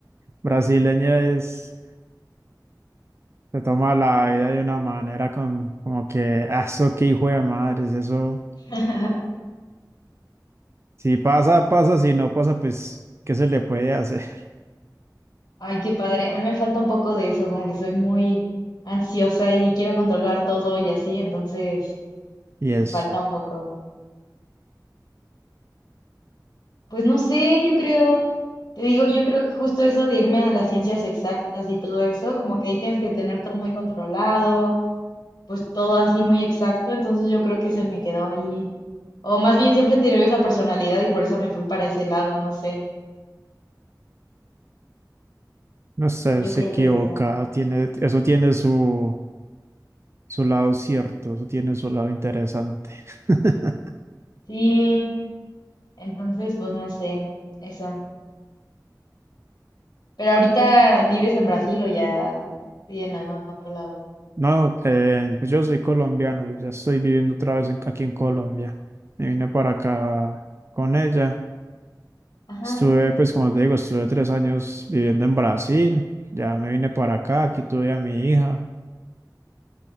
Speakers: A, on the right; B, on the left.
A: brasileña es se toma la vida de una manera con, como que, "Ah, eso qué hijo de madres, eso,
B: <laughs>
A: si pasa, pasa, si no pasa, pues, ¿qué se le puede hacer? <laughs>
B: Ay, qué padre. A mí me falta un poco de eso, como que soy muy ansiosa y quiero controlar todo y así, entonces
A: Y eso,
B: me falta un poco. Pues no sé, yo creo, te digo, yo creo que justo eso de irme a las ciencias exactas y todo eso, como que ahí tienes que tener todo muy controlado, pues todo así muy exacto, entonces yo creo que se me quedó ahí. O más bien siempre he tenido esa personalidad y por eso me fui para ese lado, no sé.
A: no sé,
B: Yo
A: se
B: creo
A: equivoca,
B: que eso.
A: tiene, eso tiene su, su lado cierto, eso tiene su lado interesante. <laughs>
B: Sí, entonces pues no sé, eso. Pero ahorita vives en Brasil o ya viven en otro lado.
A: No, eh, pues yo soy colombiano, yo ya estoy viviendo otra vez en- aquí en Colombia. Me vine para acá con ella.
B: Ajá.
A: Estuve, pues como te digo, estuve tres años viviendo en Brasil, ya me vine para acá, aquí tuve a mi hija